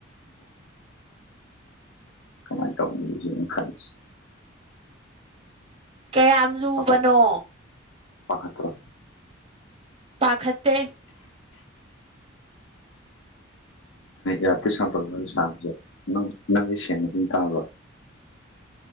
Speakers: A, on the left; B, on the right.
A: ꯀꯃꯥꯏꯅ ꯇꯧꯅꯤ <unintelligible>
B: ꯀꯌꯥꯝ ꯂꯨꯕꯅꯣ
A: ꯄꯥꯈꯠ <unintelligible>
B: ꯄꯥꯈꯠꯇꯦ
A: ꯐꯇ ꯁꯥꯥꯄ ꯂꯩ ꯁꯥꯕꯁꯦ ꯅꯪꯗꯤ ꯁꯦꯡꯅ ꯑꯗꯨꯝ ꯇꯥꯕ꯭ꯔꯣ